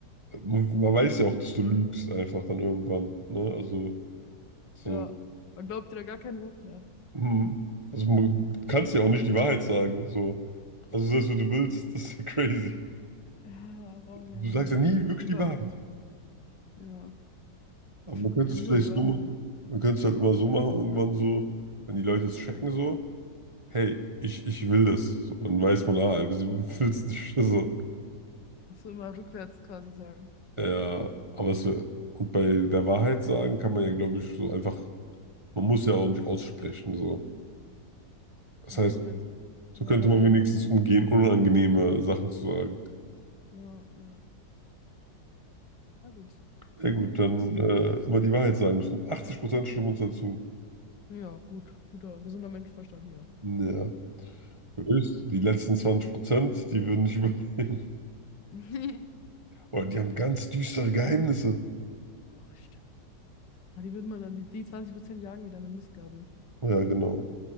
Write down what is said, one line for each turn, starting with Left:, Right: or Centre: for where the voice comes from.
Right: äh, man man weiß ja auch, dass du lügst einfach dann irgendwann. Ne? Also so.
Left: Ja. Man glaubt dir da gar kein Wort mehr.
Right: Hm. Also man- du kannst ja auch nicht die Wahrheit sagen. So. Also selbst wenn du willst, <laughs> das ist ja crazy.
Left: <laughs> Ja, aber ja,
Right: Du
Left: nee.
Right: sagst ja nie
Left: Ich glaube
Right: wirklich
Left: Mhm. lieber.
Right: die Wahrheit.
Left: Ja.
Right: Aber man könnte
Left: Nee,
Right: es
Left: lieber
Right: vielleicht
Left: die Wahrheit.
Right: so machen.
Left: Ja.
Right: Man könnte es halt immer so machen, irgendwann so, wenn die Leute es checken, so, hey, ich, ich will das. So, dann weiß man, ah, <laughs> er will es nicht. So.
Left: Das soll immer rückwärts quasi sagen.
Right: Ja, aber es, wär- und bei der Wahrheit sagen kann man ja, glaube ich, so einfach, man muss ja auch nicht aussprechen. So. Das
Left: Ach
Right: heißt,
Left: so, meinst du?
Right: so
Left: Ja,
Right: könnte
Left: stimmt.
Right: man wenigstens umgehen, unangenehme Sachen zu sagen.
Left: Ja, ja. Ja, gut.
Right: Ja gut, dann
Left: Interessant.
Right: äh, immer die Wahrheit sagen müssen. 80% stimmen uns dazu.
Left: Ja, gut. Guter, gesunder Menschenverstand hier.
Right: Ja, höchst. Die letzten 20%, die würden nicht <laughs> überleben.
Left: <laughs>
Right: Oder die haben ganz düstere Geheimnisse.
Left: Oh, stimmt. Aber die würden man dann, die, die 20% jagen wieder mit Mistgabeln.
Right: Oh Ja, genau.